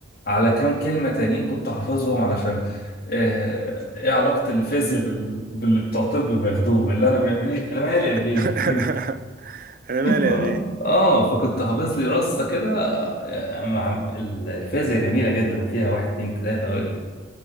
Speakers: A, on the left; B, on the right.
A: على كام كلمة تانيين كنت حافظهم علشان آه، ايه علاقة الفيزياء بال... باللي بتوع طب بياخدوه اللي انا م- ماليش انا مالي يا بيه
B: <laughs>
A: <laughs>
B: انا مالي
A: اه
B: يا بيه
A: آه، فكنت حافظ لي رصة كده آه، مع- الفيزياء جميلة جدا وفيها واحد اتنين تلاتة